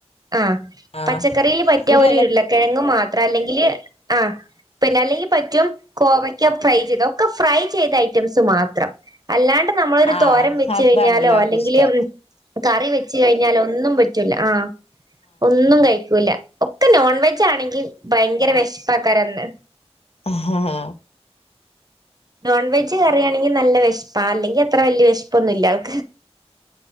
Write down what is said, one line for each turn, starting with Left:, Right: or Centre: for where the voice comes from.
Right: ആഹ്
Left: ആഹ്
Right: പച്ചക്കറീല് പറ്റാ
Left: ഇവിടെ
Right: ഒര്
Left: എല
Right: ഉരുളക്കെഴങ്ങ് മാ ത്രാ അല്ലെങ്കില് ആഹ്. പിന്നല്ലെങ്കി പറ്റും കോവയ്ക്ക ഫ്രൈ ചെയ്ത് ഒക്കെ ഫ്രൈ ചെയ്ത ഐറ്റംസ് മാത്രം. അല്ലാണ്ട് നമ്മളൊര്
Left: ആഹ്
Right: തോരൻ വെച്ച്
Left: അതാണ്
Right: കയിഞ്ഞാലോ
Left: എല്ലാർക്കും
Right: അല്ലെങ്കില്
Left: ഇഷ്ടം
Right: ഉം കറി വെച്ച് കഴിഞ്ഞാലൊന്നും പറ്റൂല ആഹ് ഒന്നും കയിക്കൂല. ഒക്കെ നോൺ വെജാണെങ്കി ഭയങ്കര വെഷപ്പക്കാരന്ന്.
Left: ആഹ്
Right: നോൺ വെജ് കറ്യാണെങ്കി നല്ല വെഷപ്പാ അല്ലെങ്കി അത്ര വെല്ല്യ വെഷപ്പൊന്നുല്ലാവക്ക്.